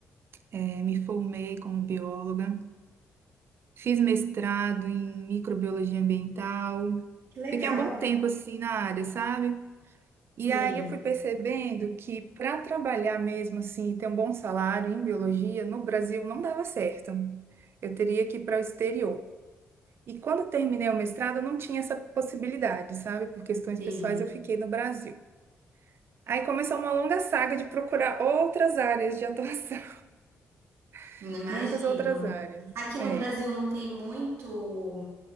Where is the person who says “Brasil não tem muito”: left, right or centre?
Right